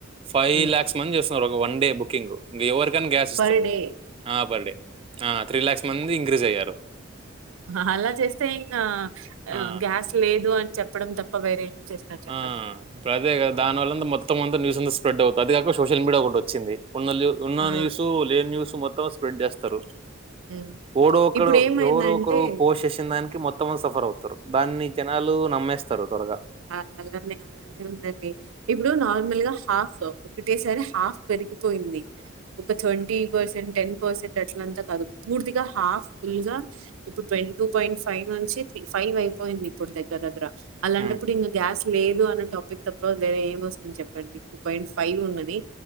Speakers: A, on the right; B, on the right.
A: ఫైవ్
B: హ్మ్.
A: లాక్స్ మంది చేస్తున్నారు ఒక వన్ డే బుక్ బుకింగు ఇగా ఎవరు కాని గ్యాస్ ఇస్తాడు
B: పర్ డే.
A: అహ పర్ డే ఆ త్రీ లాక్స్ మంది ఇంక్రీజ్ అయ్యారు
B: హ అలా చేస్తే ఇంకా
A: ఆ
B: గ్యాస్ లేదు అని చెప్పడం తప్ప వేరే చేస్తారు చెప్పండి?
A: ఆ ఇప్పుడు అదే గా దాన్వల్ల మొత్తమంతా న్యూస్ అంతా స్ప్రెడ్ అవుతుంది అది కాక సోషల్ మీడియా ఒకటోచ్చింది ఉన్ననూ ఉన్న
B: ఆ!
A: న్యూస్ లేని న్యూస్ మొత్తం స్ప్రెడ్ చేస్తారు
B: హ్మ్.
A: ఓడో ఒకరు
B: ఇప్పుడేమైందంటే
A: ఎవరో ఒకరు పోష్ చేసిన్దానికి మొత్తం అంత సఫర్ అవుతుంది దాన్ని జనాలూ నమ్మేస్తారు త్వరగా
B: అ అలనే అలానే ఉందండి ఇప్పుడు నార్మల్గా హాఫ్ ఒకటేసారి హాఫ్ పెరిగిపోయి ఉంది ఒక ట్వంటీ పర్సెంట్ టెన్ పర్సెంట్ అట్లంతాకాదు పూర్తిగా హాఫ్ ఫుల్ గా ఇప్పుడు ట్వేంటీ టూ పాయింట్ ఫైవ్ నుంచి త్రీ ఫైవ్ అయిపోయింది ఇప్పుడు దగ్గర్ దగ్గర అలాంటప్పుడు
A: హ్మ్.
B: ఇంగ గ్యాస్ లేదు అన్న టాపిక్ తప్ప వేరే ఏం వస్తుంది చెప్పండి టూ పాయింట్ ఫైవ్ ఉన్నది